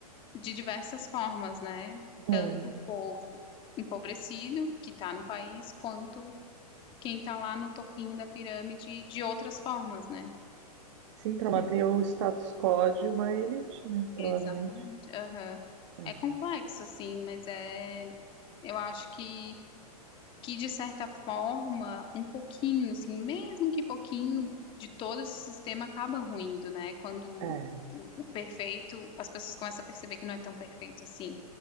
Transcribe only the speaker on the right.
é.
Sim, para manter
o status quo de uma elite, né? Provavelmente.
É,
é. é.